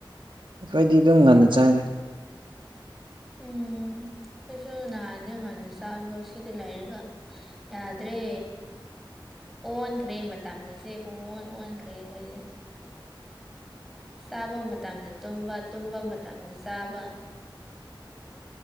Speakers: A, on the right (about 70°); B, in the centre.
A: ꯑꯩꯈꯣꯏꯗꯤ ꯑꯗꯨꯝ ꯉꯟꯅ ꯆꯥꯏꯔꯦ
B: ꯎꯝ ꯑꯩꯈꯣꯏꯁꯨ ꯅꯍꯥꯟꯁꯨ ꯉꯥꯟꯟꯅ ꯆꯥꯕꯗꯣ ꯁꯤꯗ ꯂꯩꯔꯒ ꯌꯥꯗ꯭ꯔꯦ ꯑꯣꯟꯈ꯭ꯔꯦ ꯃꯇꯝꯒꯁꯦ ꯄꯨꯡ ꯑꯣꯟ ꯑꯣꯟꯈ꯭ꯔꯦ ꯑꯩꯈꯣꯏꯗꯤ ꯆꯥꯕ ꯃꯇꯝꯗ ꯇꯨꯝꯕ ꯇꯨꯝꯕ ꯃꯇꯝꯗ ꯆꯥꯕ